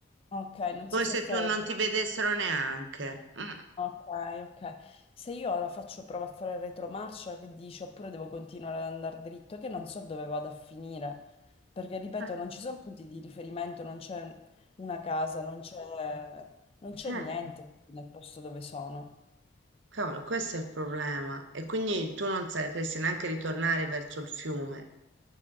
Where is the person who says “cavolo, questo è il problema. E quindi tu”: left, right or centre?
Right